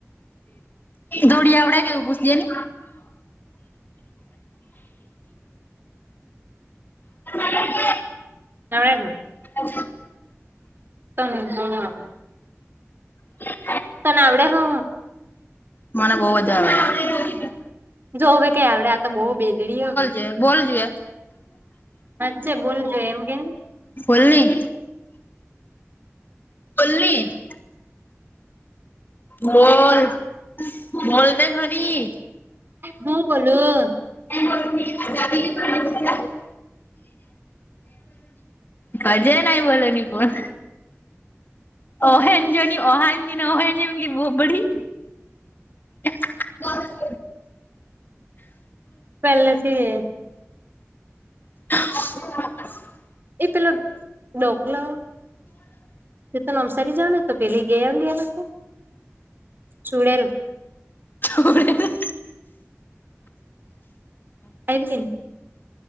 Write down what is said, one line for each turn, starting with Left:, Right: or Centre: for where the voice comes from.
Left: દોડી આવડે કેવું પૂછે ને? હ.
Right: નાળ ન.
Left: હમ.
Right: તમે જો.
Left: હ.
Right: તને આવડે હો.
Left: મને બહુવ બધા આવ્યા.
Right: જો હવે કઈ આપડે તો બહુ બેદડી હવે.
Left: જે બોલ જોએ.
Right: અચ્ચે બોલજો એમ કેમ.
Left: બોલની બોલીએ. બોલ બોલ ને ખરી.
Right: હું બોલું
Left: એ. <inaudible> ખજે નહી બોલોની પણ. ઓહન જો ઓહાને ઓન જેમ બહ બડી. બ. <inaudible>
Right: પહેલે થી એ.
Left: હ. <inaudible>
Right: એ તે પેલા ડોકલાવો. તો નવસારી જાવ ને તો પેલી ગયા આવ લી આ ચુડેલ
Left: ચુડેલ,
Right: પા કે ની, <inaudible>